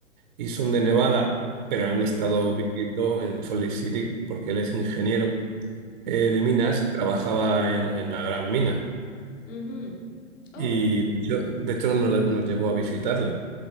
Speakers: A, on the right; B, on the left.
A: y son de Nevada, pero han estado
B: Ujú,
A: viviendo en Salt Lake City porque él es
B: ujú,
A: ingeniero eh,
B: ujú,
A: de minas y trabajaba en, en la gran mina.
B: ujú. Oh,
A: Y
B: ok.
A: de hecho, de hecho nos, la- nos llevó a visitarla.